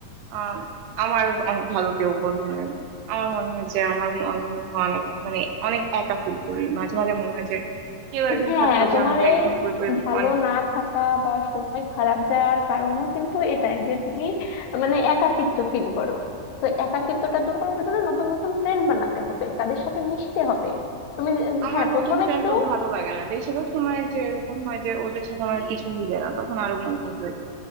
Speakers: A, on the right; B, on the left.
A: আহ আমার অনেক ভালো কেউ বন্ধু নাই আমার মনে হয় যে আমার আমি মনে হয় অনেক মানে অনেক একা ফিল করি মাঝে মাঝে মনে হয় যে কেউ একজন
B: হ্যাঁ
A: থাকতো যে
B: তোমার
A: আমাকে
B: এই
A: একদম পুরোপুরি
B: ভালো
A: অনেক
B: না থাকা বা সময় খারাপ যাওয়ার কারণও কিন্তু এটাই যে তুমি মানে একাকিত্ব ফিল করো তো একাকিত্বটা দূর করার জন্য নতুন নতুন ফ্রেন্ড বানাতে হবে তাদের সাথে মিশতে হবে তুমি যে-
A: আমার
B: হ্যাঁ প্রথমে
A: নতুন ফ্রেন্ড
B: একটু
A: তো ভালো লাগে না বেশিরভাগ সময় যে এরকম হয় যে ওদের সাথে আমার কিছু মিলে না তখন আরো মন খারাপ হয়